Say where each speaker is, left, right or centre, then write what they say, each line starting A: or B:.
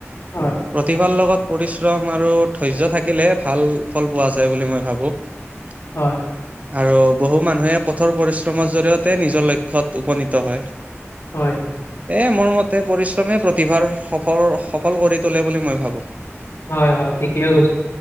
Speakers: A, on the left; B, on the right.
A: হয়
B: প্ৰতিভাৰ লগত পৰিশ্ৰম আৰু ধৈৰ্য থাকিলেহে ভাল ফল পোৱা যায় বুলি মই ভাবোঁ <unintelligible>
A: হয়
B: আৰু বহু মানুহে কঠোৰ পৰিশ্ৰমৰ জৰিয়তে নিজৰ লক্ষ্য়ত উপনীত হয়
A: হয়
B: এ মোৰ মতে পৰিশ্ৰমে প্ৰতিভাৰ সফল সফল কৰি তোলে বুলি মই ভাবো
A: হয় হয় ঠিকে কৈছে